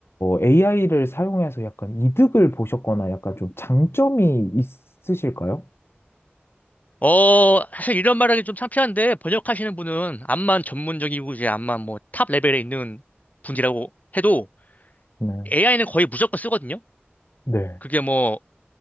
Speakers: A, on the left; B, on the left.
A: AI를 사용해서 약간 이득을 보셨거나 약간 좀 장점이 있으실까요?
B: 어, 사실 이런 말하기 좀 창피한데, 번역하시는 분은 암만 전문적이고, 이제 암만 뭐 탑 레벨에 있는 분이라고 해도
A: 네.
B: AI는 거의 무조건 쓰거든요?
A: 네,
B: 그게 뭐